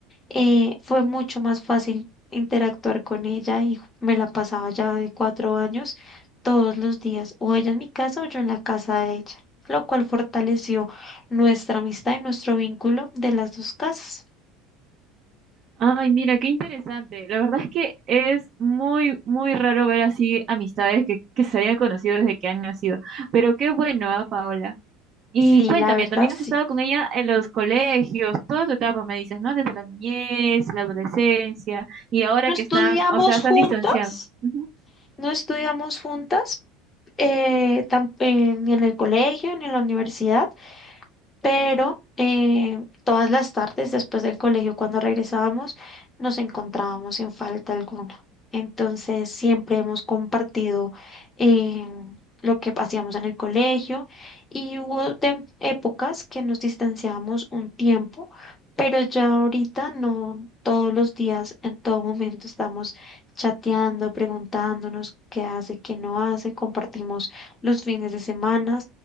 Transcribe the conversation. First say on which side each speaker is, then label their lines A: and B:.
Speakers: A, on the left; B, on the right.
A: eh, fue mucho más fácil interactuar con ella y me la pasaba ya de cuatro años todos los días, o ella en mi casa o yo en la casa de ella, lo cual fortaleció nuestra amistad y nuestro vínculo de las dos casas.
B: Ay, mira, qué interesante. La verdad es que es muy, muy raro ver así amistades que, que se hayan conocido desde que han nacido. Pero qué bueno, ¿ah, Paola? Y
A: Sí,
B: cuéntame,
A: la verdad,
B: también has
A: sí.
B: estado con ella en los colegios, toda tu etapa, me dices, ¿no? Desde la niñez, la adolescencia, y ahora
A: No estudiamos
B: que están, o sea, se
A: juntas,
B: han distanciado. Ujú.
A: no estudiamos juntas, eh, tam- eh, ni en el colegio ni en la universidad, pero eh, todas las tardes después del colegio, cuando regresábamos, nos encontrábamos sin falta alguna. Entonces, siempre hemos compartido eh, lo que hacíamos en el colegio y hubo tem- épocas que nos distanciábamos un tiempo, pero ya ahorita no todos los días, en todo momento estamos chateando, preguntándonos qué hace, qué no hace, compartimos los fines de semana